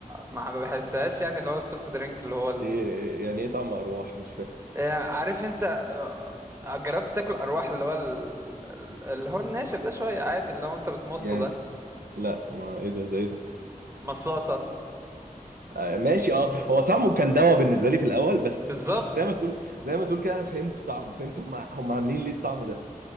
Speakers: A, on the right (about 20°); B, on the right (about 85°).
A: ما بحسهاش يعني اللي هو السوفت درينك اللي هو ال...
B: إيه يعني ايه طعم أرواح مش فاهم
A: يعني عارف انت آه، جربت تاكل ارواح اللي هو ال... ال- اللي هو الناشف ده شوية عادي اللي هو انت بتمصه
B: يعني
A: ده
B: لا ما ايه ده ده ايه ده
A: مصاصة
B: آه، ماشي اه هو طعمه كان دوا بالنسبه لي في الاول بس
A: بالظبط
B: زي ما تقول زي ما تقول كده انا فهمت طعمه فهمت هم هم عاملين ليه الطعم ده